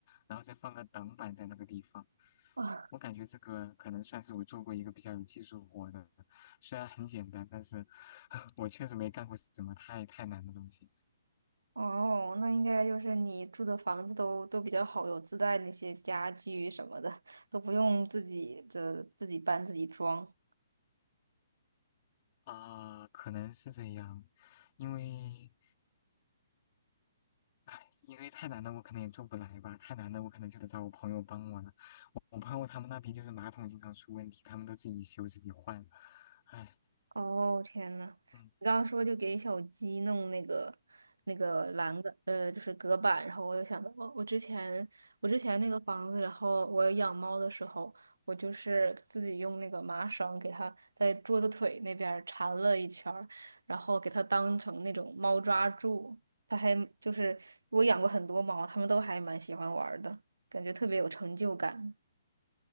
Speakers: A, on the left; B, on the right.
A: 然后再放个挡板在那个地方。
B: 啊，
A: 我感觉这个可能算是我做过一个比较有技术活的，虽然很简单，但是 <laughs> 我确实没干过什么太太难的东西。
B: 哦，那应该就是你住的房子都都比较好，有自带那些家具什么的，都不用自己这自己搬自己装。
A: 啊，可能是这样，因为，哎，因为太难的我可能也做不来吧，太难的我可能就得找我朋友帮我了。我朋友他们那边就是马桶经常出问题，他们都自己修自己换，哎，
B: 哦，天呐，
A: 嗯
B: 你刚刚说就给小鸡弄那个那个栏杆，
A: 嗯
B: 呃，就是隔板，然后我又想到，我我之前我之前那个房子，然后我养猫的时候，我就是自己用那个麻绳给它在桌子腿那边儿缠了一圈儿然后给它当成那种猫抓柱，它还就是我养过很多猫，它们都还蛮喜欢玩儿的，感觉特别有成就感。